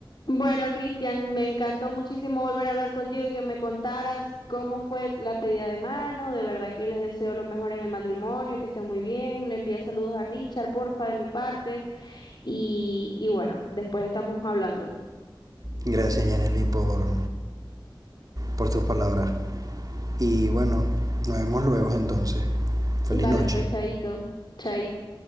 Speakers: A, on the left; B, on the right.
A: Bueno, Cristian, me encantó muchísimo volver a hablar contigo y que me contaras cómo fue la pedida de mano. De verdad que les deseo lo mejor en el matrimonio, que estén muy bien. Le envía saludos a Richard, porfa, de mi parte. Y, y bueno, después estamos hablando.
B: Gracias, Yaneli, por, por tus palabras. Y bueno, nos vemos luego entonces. Feliz
A: Dale,
B: noche.
A: pues, chaito, chaito.